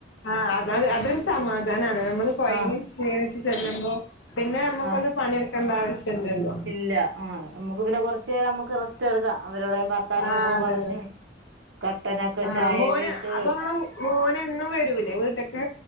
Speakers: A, on the left; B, on the right.
A: ആഹ് അത അതൊരു സമാധാനണ് നമ്മള് കൊഴഞ്ഞി
B: ആഹ്
A: ക്ഷീണിച്ച് ചെല്ലുമ്പോ പിന്നെ നമ്മുക്കൊന്ന്
B: ആഹ്
A: പണിയെടുക്കേണ്ട ആവശ്യം ഇല്ല ല്ലോ
B: ഇല്ല ആഹ് നമുക്ക് പിന്നെ കൊറച്ച് നേരം നമുക്ക് റെസ്റ്റ് എടുക്കാം അവരോടെ പ ത്തനോക്കെ
A: ആഹ് അതന്നെ
B: പറഞ്ഞ് കട്ടനൊക്കെ
A: ആഹ്
B: ചായയൊക്കെ
A: മോന്
B: ഇട്ട്
A: അപ്പൊ ഇങ്ങളെ മോന് എന്നും വരൂലേ വീട്ടൊക്ക്